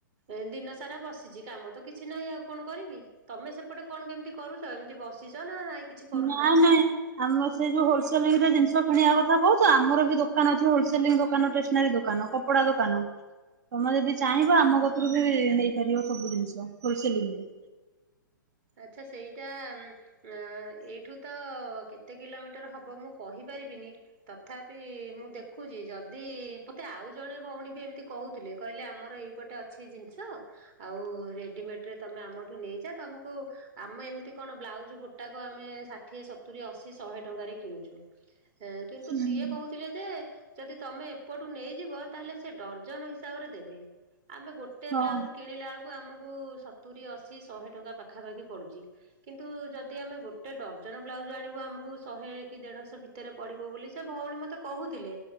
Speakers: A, on the right; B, on the right.
A: ଏମତି ଦି ସାରା ବସିଛି, କାମ ତ କିଛି ନାହିଁ ଆଉ କଣ କରିବି? ତମେ ସେପଟେ କଣ କେମିତି କରୁଛ, ଏମିତି ବସିଛ ନାଁ ନାଇଁ କିଛି କରୁଛ?
B: ନାଇଁ ନାଇଁ ଆମେ ସେ ଯୋଉଁ ହୋଲସେଲିଂ ରେ ଜିନିଷ କିଣିବା କଥା କହୁଛ, ଆମର ବି ଦୋକାନ ଅଛି ହୋଲସେଲିଂ ଦୋକାନ ଷ୍ଟେସନାରୀ ଦୋକାନ। କୁକୁଡା ଦୋକାନ। ତମେ ଯଦି ଚାହିଁବ ଆମ କତରୁ ବି ନେଇପାରିବ ସବୁ ଜିନିଷ ଫୁଲ୍ ସେଲିଂରେ।
A: ଆଚ୍ଛା ସେଇଟା ଆ ଏଇଠୁ ତ କେତେ କିଲୋମିଟର ହବ ମୁଁ କହିପାରିବିନି। ତଥାପି ମୁଁ ଦେଖୁଛି ଯଦି ମତେ ଆଉ ଜଣେ ଭଉଣୀ ବି ଏମିତି କହୁଥିଲେ କହିଲେ ଆମର ଏଇ ପଟେ ଅଛି ଜିନିଷ ଆଉ ରେଡିମେଡ୍ ରେ ତମେ ଆମଠୁ ନେଇଯାଅ ତମକୁ ଆମ ଏମିତି କଣ ବ୍ଲାଉଜ ଗୋଟାକ ଆମେ ଷାଠିଏ ସତୁରି ଅଶି ଶହେ ଟଙ୍କାରେ କିଣୁଛୁ। ହଁ କିନ୍ତୁ
B: ହୁଁ।
A: ସିଏ କହୁଥିଲେ ଯେ ଯଦି ତମେ ଏପଟୁ ନେଇଯିବ ତାହେଲେ ସେ ଡଜନ୍ ହିସାବରେ ଦେବେ ଆମେ ଗୋଟେ ଗୋଟେ
B: ହଁ
A: ବ୍ଲାଉଜ୍ କିଣିଲା ବେଳକୁ ଆମକୁ ସତୁରି ଅଶୀ ଶହେ ଟଙ୍କା ପାଖାପାଖି ପଡୁଛି। କିନ୍ତୁ ଯଦି ଆମେ ଗୋଟେ ଡଜନ ବ୍ଲାଉଜ୍ ଆଣିବୁ ଆମକୁ ଶହେ କି ଦେଢ଼ଶହ ଭିତର ଭିତରେ ପଡିବ ବୋଲି ସେ ଭଉଣୀ ମତେ କହୁଥିଲେ।